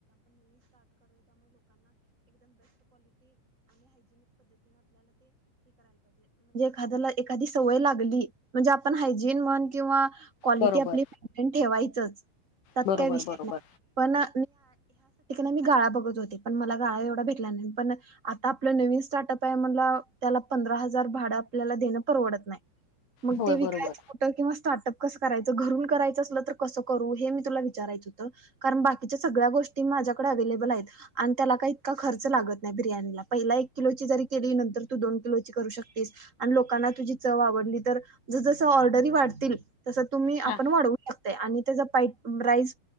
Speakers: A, on the right; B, on the left.
A: हां त्याला एखादी सवय लागली म्हणजे आपण हायजीन म्हण किंवा- क्वालिटी
B: बरोबर
A: आपली मेनटेन ठेवायचच त्यात
B: बरोबर
A: काय विषय
B: बरोबर
A: नाही. एक ना मी गाळा बघत होते पण मला गाळा एवढा भेटला नाही. पण आता आपलं नवीन स्टार्टअप आहे म्हणलं त्याला पंधरा हजार भाड- आपल्याला देनं परवडत नाही. मग
B: होय
A: ते विकायचं
B: बरोबर
A: कुठं किंवा स्टार्टअप कसं- करायच घरून करायचं असलं तर कसं करू हे मी तुला विचारायच होतं, कारण बाकीच्या सगळ्या गोष्टी माझ्याकडे करायचं घरकुल करायच असलं तर कस करू हे मी तुला विचारायचं होत कारण बाकीच्या सगळ्या गोष्टी माझ्याकडे अव्हेलेबल आहेत आणि त्याला का इतका खर्च लागत नाही बिर्याणीला पहिला एक किलोची जरी केली नंतर तू दोन किलोची करू शकतेस- आणि लोकांना तुझी चव आवडली तर जस जसं ऑर्डरी वाढतील- तसं तुम्ही
B: हा
A: आपण वाढवू- आणि त्याच पाईप प्राइस